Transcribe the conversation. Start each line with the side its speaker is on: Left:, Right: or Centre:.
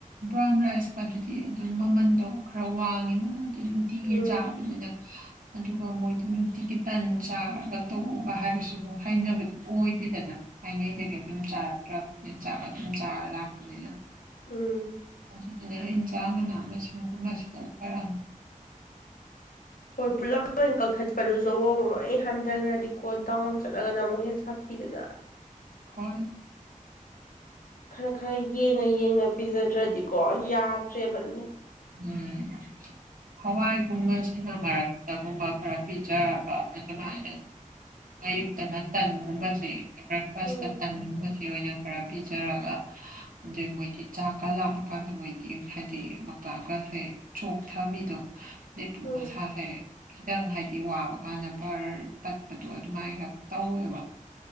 Right: ꯕ꯭ꯔꯥꯎꯟ ꯔꯥꯏꯁꯀ ꯑꯗꯨꯗꯤ ꯑꯗꯨꯝ ꯃꯃꯟꯗꯣ ꯈꯔ ꯋꯥꯡꯉꯤꯗꯅ ꯑꯗꯨꯝ ꯅꯨꯡꯇꯤꯒꯤ
Left: ꯎꯝ
Right: ꯆꯥꯕꯅꯤꯅ ꯑꯗꯨꯒ ꯃꯣꯏꯗꯤ ꯅꯨꯡꯇꯤꯒꯤ ꯇꯟ ꯆꯥꯔꯒ ꯇꯣꯛꯑꯒ ꯍꯥꯏꯕꯁꯤꯕꯨ ꯍꯥꯢꯅꯕꯗꯤ ꯑꯣꯏꯗꯦꯗꯅ ꯊꯥꯏꯅꯩꯗꯒꯤ ꯑꯗꯨꯝ ꯆꯥꯔꯛꯇ꯭ꯔꯕꯅꯤꯅ ꯆꯥꯛ ꯑꯗꯨꯝ ꯆꯥꯔ ꯂꯥꯛꯄꯅꯤꯅ
Left: ꯎꯝ
Right: ꯑꯗꯨꯗꯨꯅ ꯏꯟꯖꯥꯡ ꯃꯅꯥ ꯃꯁꯤꯡꯒꯨꯝꯕꯁꯤꯗ ꯈꯔ
Left: ꯍꯣꯏ ꯄꯨꯂꯞ ꯂꯣꯏ ꯀꯛꯊꯠꯄꯗꯨꯁꯨ ꯑꯃꯨꯛ ꯂꯣꯏ ꯍꯟꯊꯈ꯭ꯔꯗꯤ ꯀꯣ ꯗꯥꯎꯟ ꯆꯠꯂꯒꯅ ꯑꯃꯨꯛ ꯍꯦꯟꯅ ꯁꯥꯊꯤ ꯏꯗꯅ <inaudible>
Right: ꯍꯣꯏ
Left: ꯈꯔ ꯈꯔ ꯌꯦꯡꯉ ꯌꯦꯡꯉ ꯄꯤꯖꯗ꯭ꯔꯗꯤꯀꯣ ꯌꯥꯗ꯭ꯔꯦꯕ ꯑꯗꯨꯅ
Right: ꯎꯝ ꯍꯋꯥꯏꯒꯨꯝꯕꯁꯤꯅ ꯃꯔꯛꯇ ꯒꯨꯝꯕ ꯈꯔ ꯄꯤꯖꯔꯒ ꯑꯗꯨꯃꯥꯏꯅ ꯑꯌꯨꯛꯇꯅ ꯇꯟꯒꯨꯝꯕꯁꯤ ꯕ꯭ꯔꯦꯛꯐꯥꯁꯇ
Left: ꯎꯝ
Right: ꯇꯟꯒꯨꯝꯕꯁꯤ ꯑꯣꯏꯅ ꯈꯔ ꯄꯤꯖꯔꯒ ꯑꯗꯩ ꯃꯣꯏꯗꯤ ꯆꯥꯛꯀ ꯂꯥꯃ ꯀꯥꯟꯗ ꯃꯣꯏꯗꯤ ꯍꯥꯏꯗꯤ ꯃꯥꯀ꯭ꯔꯥꯞꯒꯁꯦ ꯆꯣꯛꯊꯕꯤꯗꯣ ꯑꯗꯩ
Left: ꯎꯝ
Right: ꯃꯁꯥꯁꯦ ꯈꯤꯇꯪ ꯍꯥꯏꯗꯤ ꯋꯥꯕ ꯀꯥꯟꯗ ꯕꯔ ꯑꯗꯨ ꯑꯗꯨꯃꯥꯏꯒ ꯇꯧꯋꯦꯕ